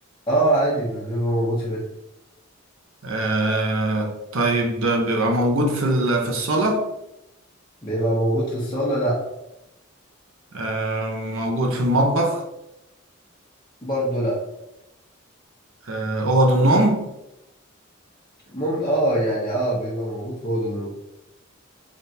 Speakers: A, on the left; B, on the right.
A: اه عادي بيبقى موجود في بيتنا
B: آه طيب ده بيبقى موجود في ال- في الصالة
A: بيبقى موجود في الصالة لا
B: آه موجود في المطبخ
A: برضه لا
B: آه أوض النوم
A: مم اه يعني اه بيبقى موجود في اوضه النوم